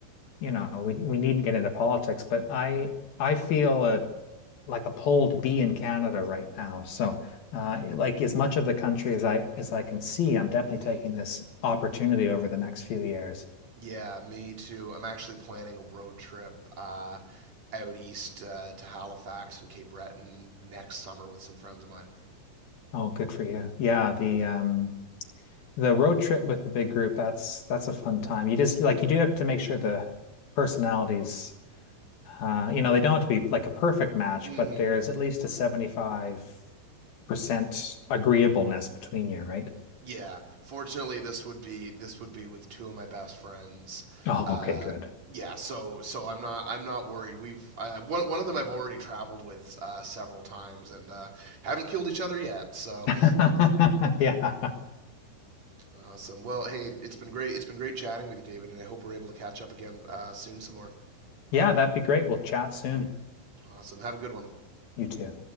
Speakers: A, on the left (about 60°); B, on the right (about 40°).
A: you know, we we needn't get into politics, but I I feel a like a pull to be in Canada right now. So, uh, like as much of the country as I as I can see, I'm definitely
B: Mm-hmm.
A: taking this opportunity over the next few years.
B: Yeah, me too. I'm actually planning a road trip uh, out east uh, to Halifax and Cape Breton next summer with some friends of mine.
A: Oh, good for you. Yeah, the um the road trip with the big group, that's that's a fun time. You just like you do have to make sure the personalities uh you know, they don't have to be like a perfect match,
B: Mm-hmm.
A: but there's at least a 75% agreeableness between you, right?
B: Yeah, fortunately, this would be this would be with two of my best friends.
A: Oh,
B: Uh,
A: okay, good.
B: yeah, so so I'm not I'm not worried. We've uh, one one of them I've already traveled with uh, several times and uh, haven't killed each other yet. So
A: <laughs> Yeah.
B: <laughs> awesome. Well, hey, it's been great. It's been great chatting with you, David, and I hope we're able to catch up again uh, soon some more.
A: Yeah, that'd be great. We'll chat soon.
B: Awesome. Have a good one.
A: You too.